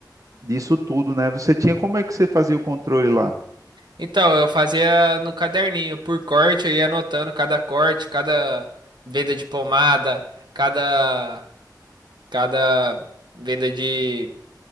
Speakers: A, on the right; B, on the right.
A: disso tudo, né? Você tinha, como é que você fazia o controle lá?
B: Então, eu fazia no caderninho, por corte, eu ia anotando cada corte, cada venda de pomada, cada cada venda de